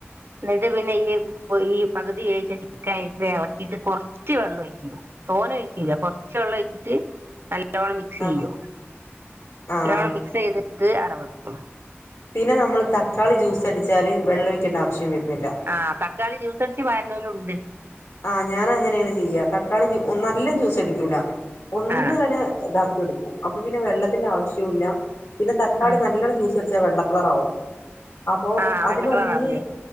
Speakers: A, on the right; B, on the left.
A: ന്നട്ട് പിന്നെ അയ്ല് പൊ ഈ പക് തി വേവിച്ച ചിക്കന് അയ്ല്ട്ട് എളക്കീട്ട് കൊറച്ച് വെള്ളം ഒഴിക്ക്‌യു തോനെ ഒയിക്കൂല്ല കൊർച്ചെ വെള്ളം ഒഴ്ച്ച്ട്ട് നല്ലോണം മിക്സ്
B: ആഹ്
A: ചെയ്യും
B: ആഹ്
A: നല്ലോണം മിക്സ് ചെയ്തിട്ട് ആട വെക്കും
B: പിന്നെ നമ്മള് തക്കാളി ജ്യൂസ് അടിച്ചാല് വെള്ളം ഒഴിക്കേണ്ട ആവശ്യം വെര്ന്ല്ല
A: ആഹ് തക്കാളി ജ്യൂസ് അടിച്ച് പാര്നോലുണ്ട്
B: ആഹ് ഞാൻ അങ്ങനേണ് ചെയ്യ തക്കാളി ജ്യൂ ഒന്ന് നല്ലം ജ്യൂസ് അടിക്കൂല ഒന്ന്
A: ആ
B: ഇങ്ങനെ താ ടുക്കു അപ്പ പിന്നെ വെള്ളത്തിന്റെ ആവശ്യോല്ല പിന്നെ തക്കാളി
A: ആ
B: നല്ലണം ജൂസ് ച വെള്ളക്കളറാവും അപോ
A: ആ
B: അതിലൊന്ന്
A: വെള്ള കളറാവൂലേ